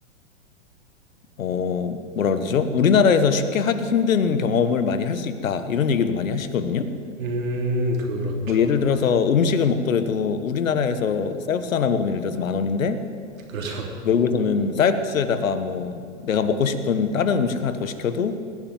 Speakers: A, on the left; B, on the right.
A: 어, 뭐라 그러죠? 우리나라에서 쉽게 하기 힘든 경험을 많이 할 수 있다. 이런 얘기도 많이 하시거든요.
B: 음, 그렇죠.
A: 뭐 예를 들어서 음식을 먹더라도 우리나라에서 쌀국수 하나 먹으면 예를 들어서 만 원인데
B: 그렇죠. <laughs>
A: 외국에서는 쌀국수에다가 뭐 내가 먹고 싶은 다른 음식 하나 더 시켜도